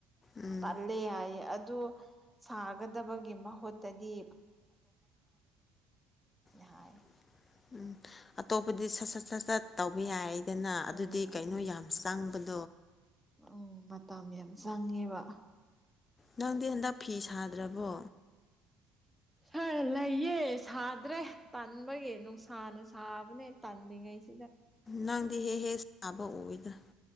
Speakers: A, on the left; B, in the centre.
A: ꯎꯝ
B: ꯇꯜꯂꯦ ꯍꯥꯏꯌꯦ ꯑ ꯑꯗꯨ ꯁꯥꯒꯗꯕꯒꯤ ꯃꯍꯨꯠꯇꯗꯤ
A: <unintelligible>
B: ꯍꯥꯏ
A: ꯎꯝ ꯑꯇꯣꯞꯄꯗꯤ ꯁꯠ ꯁꯠ ꯁꯠ ꯁꯠ ꯇꯧꯕ ꯌꯥꯏꯗꯅ ꯑꯗꯨꯗꯤ
B: ꯎꯝ
A: ꯀꯩꯅꯣ ꯌꯥꯝ ꯆꯪꯕꯅꯤ
B: ꯎꯝ ꯃꯇꯝ ꯌꯥꯝ ꯆꯪꯉꯦꯕ
A: ꯅꯪꯗꯤ ꯍꯟꯗꯛ ꯐꯤ ꯁꯥꯗ꯭ꯔꯕꯣ
B: ꯍ ꯂꯩꯌꯦ ꯁꯥꯗ꯭ꯔꯦ ꯇꯟꯕꯒꯤ ꯅꯨꯡꯁꯥꯅ ꯁꯥꯕꯅꯦ ꯇꯥꯜꯂꯤꯉꯩꯁꯦ
A: ꯅꯪꯗꯤ ꯍꯦ ꯍꯦ ꯁꯥꯕ ꯎꯏꯗ